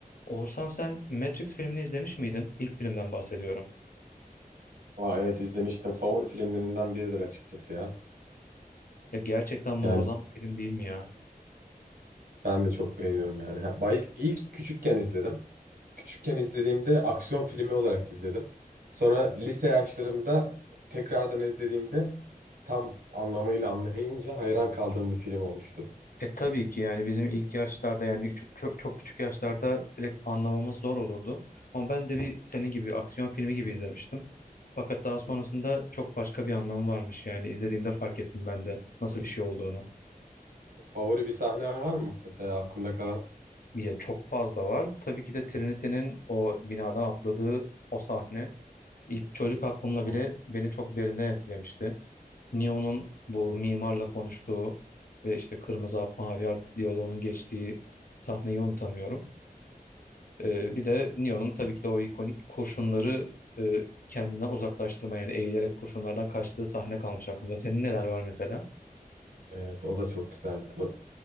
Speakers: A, on the left; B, on the right.
A: Oğuzhan sen Matrix filmini izlemiş miydin? İlk filmden bahsediyorum.
B: Aa, evet izlemiştim. Favori filmlerinden biridir açıkçası ya.
A: Ya gerçekten muazzam
B: Yani
A: bir film değil mi ya?
B: ben de çok beğeniyorum yani. Ha, bay- İlk, ilk küçükken izledim. Küçükken izlediğimde aksiyon filmi olarak izledim. Sonra lise yaşlarımda tekrardan izlediğimde tam anlamıyla anlayınca hayran kaldığım bir film olmuştu.
A: E tabii ki yani bizim ilk yaşlarda yani çok, çok çok küçük yaşlarda direkt anlamamız zor olurdu. Ama ben de bir senin gibi aksiyon filmi gibi izlemiştim. Fakat daha sonrasında çok başka bir anlamı varmış yani izlediğimde fark ettim ben de nasıl bir şey olduğunu.
B: Favori bir sahnen var mı? Mesela aklında kalan.
A: Ya çok fazla var. Tabii ki de Trinity'nin o binadan atladığı o sahne ilk çocuk aklımla
B: O-
A: bile beni çok derinden etkilemişti. Neo'nun bu
B: o-
A: mimarla konuştuğu ve işte kırmızı hap mavi hap diyaloğunun geçtiği sahneyi unutamıyorum. Ee, bir de Neo'nun tabii ki de o ikonik kurşunları e, kendine uzaklaştırma yani eğilerek kurşunlardan kaçtığı sahne kalmış aklımda. Senin neler var mesela?
B: Evet, o da çok güzeldi. O-